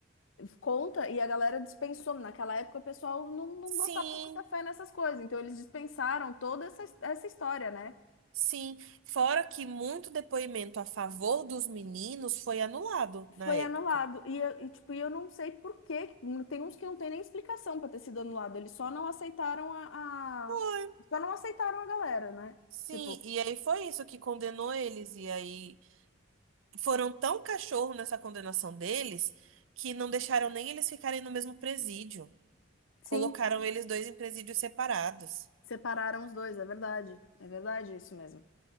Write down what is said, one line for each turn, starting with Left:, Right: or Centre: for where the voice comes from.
Left: conta e a galera dispensou. Naquela época o pessoal não, não
Right: Sim,
Left: botava muita fé nessas coisas, então eles dispensaram toda essa, essa história, né?
Right: sim. Fora que muito depoimento a favor dos meninos foi anulado na
Left: Foi
Right: época.
Left: anulado. E, eu- e, tipo, e eu não sei por quê. Tem uns que não tem nem explicação para ter sido anulado. Eles só não aceitaram a,
Right: Foi.
Left: a... Só não aceitaram a galera, né?
Right: Sim,
Left: Tipo,
Right: e aí foi isso que condenou eles. E aí. foram tão cachorro nessa condenação deles que não deixaram nem eles ficarem no mesmo presídio.
Left: sim,
Right: Colocaram eles dois em presídios separados.
Left: separaram os dois, é verdade. É verdade isso mesmo.